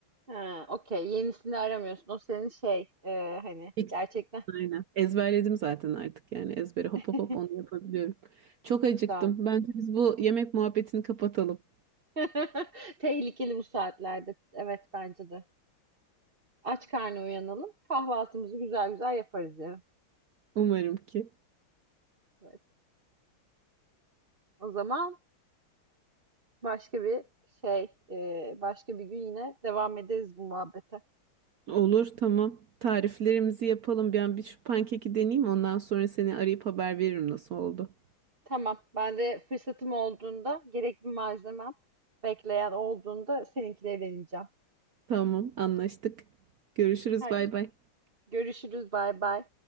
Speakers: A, on the right (about 25°); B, on the right (about 70°).
A: Ha, okey. Yenisini aramıyorsun. O senin şey e, hani
B: Fix.
A: gerçekten
B: Aynen. Ezberledim zaten artık yani ezbere hop
A: <laughs>
B: hop hop onu yapabiliyorum. Çok acıktım.
A: güzel.
B: Bence biz bu yemek muhabbetini kapatalım.
A: <laughs> Tehlikeli bu saatlerde. Evet bence de. Aç karnı uyanalım. Kahvaltımızı güzel güzel yaparız yani.
B: Umarım ki.
A: Evet. O zaman başka bir şey, e, başka bir gün yine devam ederiz bu muhabbete.
B: Olur tamam. Tariflerimizi yapalım. Ben bir şu pankeki deneyeyim. Ondan sonra seni arayıp haber veririm nasıl oldu.
A: Tamam. Ben de fırsatım olduğunda, gerekli malzemem bekleyen olduğunda seninkileri deneyeceğim.
B: Tamam anlaştık. Görüşürüz
A: Hayır.
B: bay bay.
A: Görüşürüz. Bay bay.